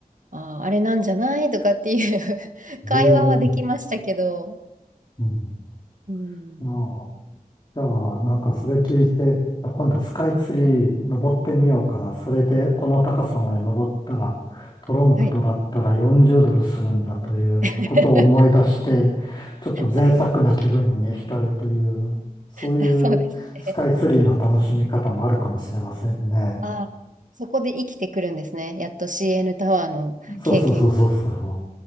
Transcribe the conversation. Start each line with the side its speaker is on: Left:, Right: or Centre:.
Right: ああ、あれなんじゃないとかっていう <laughs>
Left: へえ、
Right: 会話はできましたけど、
Left: うん。
Right: うん
Left: ああ。じゃあ、なんかそれ聞いて、いや今度スカイツリー登ってみようかな。それでこの高さまで登ったら、トロンクとだったら40ドルするんだということを思い出して、
Right: はい。<laughs>
Left: ちょっと贅沢な気分に浸るという、
Right: はい。
Left: そういうスカイツリーの楽しみ方もあるかもしれませんね。
Right: あ、そうですね。<laughs> あ、そこで生きてくるんですね。やっと CN タワーの経験が。
Left: そうそうそうそうそ